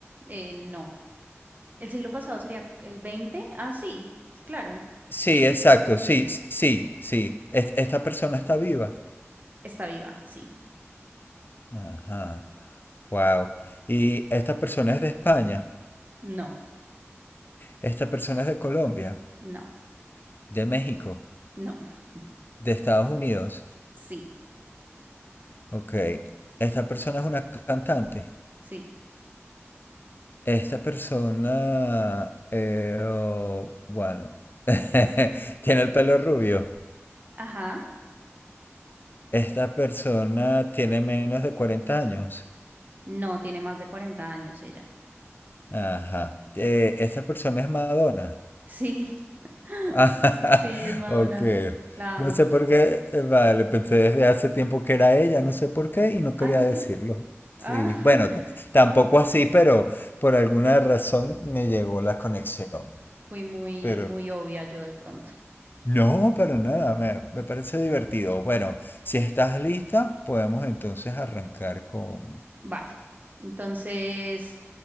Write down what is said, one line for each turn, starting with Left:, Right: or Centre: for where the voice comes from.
Right: Eh, no. El siglo pasado sería el 20. Ah, sí, s- claro.
Left: Sí,
Right: Sí,
Left: exacto, sí, sí, sí. Es- esta persona está viva.
Right: está viva, sí.
Left: Ajá, wow. Y esta persona es de España,
Right: No,
Left: esta persona es de Colombia,
Right: no,
Left: de México,
Right: no. <laughs>
Left: de Estados Unidos.
Right: Sí,
Left: Ok, esta persona es una cantante.
Right: sí.
Left: Esta persona, eh, oh, bueno, <laughs> tiene el pelo rubio.
Right: Ajá.
Left: Esta persona tiene menos de 40 años.
Right: No, tiene más de cuarenta años ella.
Left: Ajá. Eh, esta persona es Madonna.
Right: Sí, <laughs>
Left: Ah,
Right: sí,
Left: <laughs>
Right: es Madonna.
Left: ok.
Right: La
Left: No
Right: amo.
Left: sé por qué, eh, vale, pensé desde hace tiempo que era ella, no sé por qué y no
Right: Ah,
Left: quería
Right: ¿en serio?
Left: decirlo.
Right: Ah,
Left: Sí,
Right: <laughs>
Left: bueno, ta- tampoco así, pero por alguna razón me llegó la conexión.
Right: fui muy,
Left: Pero
Right: muy obvia yo de pronto.
Left: no, para nada, me, me parece divertido. Bueno, si estás lista, podemos entonces arrancar con...
Right: Vale. Entonces,